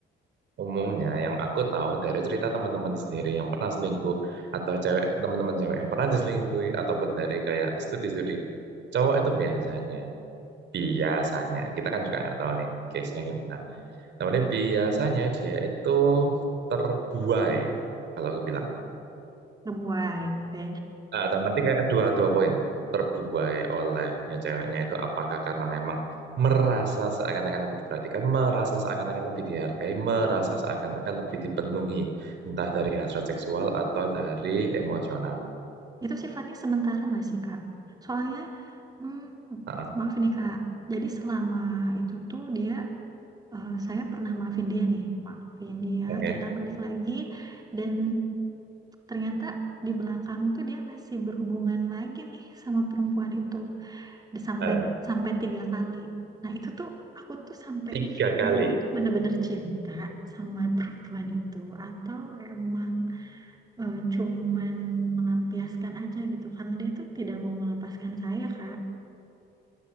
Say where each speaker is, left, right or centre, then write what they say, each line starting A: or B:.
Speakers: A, on the right; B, on the right.
A: umumnya yang aku tahu dari cerita teman-teman sendiri yang pernah selingkuh, atau cewek teman-teman cewek yang pernah diselingkuhi, ataupun dari kayak studi-studi, cowok itu biasanya Biasanya, kita kan juga nggak tahu nih case-nya gimana. Namanya biasanya dia itu terbuai, kalau aku bilang.
B: Ngebuai, oke.
A: Nah, dalam arti kayak dua, dua poin. Terbuai oleh ya ceweknya itu apakah karena memang merasa seakan-akan lebih diperhatikan, merasa seakan-akan lebih dihargai, merasa seakan-akan lebih dipenuhi, entah dari hasrat seksual atau dari emosional.
B: Itu sifatnya sementara nggak sih Kak? Soalnya, mm,
A: Ah,
B: maaf nih Kak, jadi selama itu tuh dia eh, saya pernah maafin dia nih, maafin dia,
A: Oke,
B: kita balik lagi dan ternyata di belakang tuh dia masih berhubungan lagi nih sama perempuan itu, Di- sampai
A: Ada
B: sampai tiga kali. Nah itu tuh aku tuh sampai
A: tiga kali.
B: nyari itu bener-bener cinta sama perempuan itu atau emang eh, cuman melampiaskan aja gitu karena dia tuh tidak mau melepaskan saya Kak.